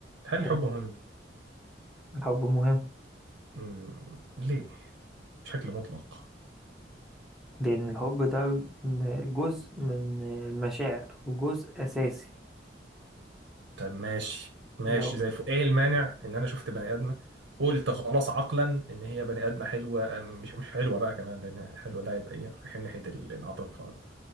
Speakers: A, on the right; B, in the centre.
A: هل
B: حلو
A: الحب مهم
B: الحب مهم
A: مم، ليه بشكل مطلق
B: لأن الحب ده جزء من المشاعر وجزء أساسي
A: طب ماشي ماشي
B: لو
A: زي الفل ايه المانع ان انا شفت بني ادمه قلت خلاص عقلا ان هي بني ادمه حلوه أم- مش مش حلوه بقى كمان لان حلوه ده يبقى ايه رايحين ناحيه ال- العاطفه اكتر